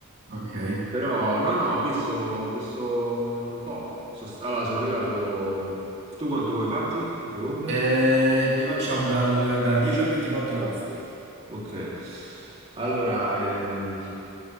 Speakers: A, on the right (about 50°); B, on the right (about 30°).
A: ok.
B: Però no, no, ho visto, ho visto un po'. Sono st- allora, sono arrivato. Tu quanto vuoi farti in Colombia?
A: E ne facciamo dal, dal 10 al 24 agosto.
B: Ok, allora, ehm,